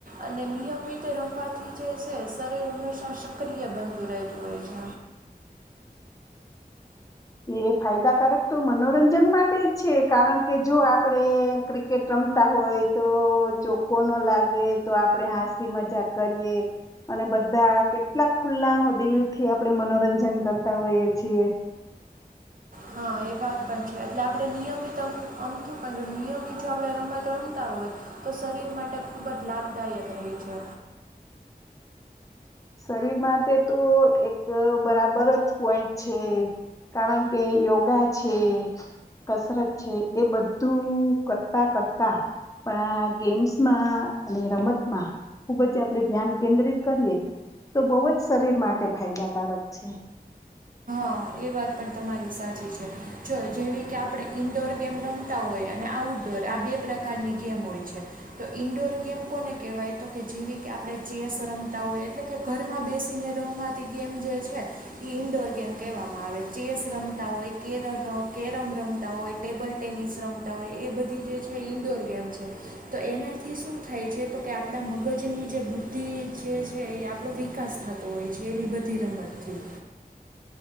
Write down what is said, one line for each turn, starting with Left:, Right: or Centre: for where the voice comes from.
Right: અને નિયમિત રમવાથી જે છે શરીર હંમેશા સક્રિય બનતું રહેતું હોય છે
Left: એ ફાયદાકારક તો મનોરંજન માટે જ છે કારણ કે જો આપણે ક્રિકેટ રમતા હોય તો ચોખ્ખો ન લાગે તો આપણે હાસી મજાક કરીએ અને બધા કેટલા ખુલ્લા દિલ થી આપણે મનોરંજન કરતા હોઈએ છીએ
Right: હા એ વાત પણ છે એટલે આપણે નિયમિત અમતું પણ જો નિયમિત જો આપણે ર રમતા હોય તો શરીર માટે ખૂબ જ લાભદાયક રહે છે
Left: શરીર માટે તો એક બરાબર જ પોઈન્ટ છે કારણ કે યોગા છે કસરત છે એ બધું કરતા કરતા પણ આ ગેમ્સમાં અને રમતમાં ખૂબ જ આપણે ધ્યાન કેન્દ્રિત કરીએ તો બહુ જ શરીર માટે ફાયદાકારક છે
Right: હ એ વાત પણ તમારી સાચી છે જો જેવી કે આપણે ઇન્ડોર ગેમ રમતા હોય અને આઉટડોર આ બે પ્રકારની ગેમ હોય છે તો ઇન્ડોર ગેમ કોને કહેવાય તો કે જેવી કે આપણે ચેસ રમતા હોય એટલે કે ઘરમાં બેસીને રમાતી ગેમ જે છે એ ઇન્ડોર ગેમ કહેવામાં આવે ચેસ રમતા હોય કેર કેરમ રમતા હોય ટેબલ ટેનિસ રમતા હોય એ બધી જે છે ઇન્ડોર ગેમ છે તો એનાથી શું થાય છે તો કે આપણા મગજની જે બુદ્ધિ જે છે એ આપણો વિકાસ થતો હોય છે એવી બધી રમતથી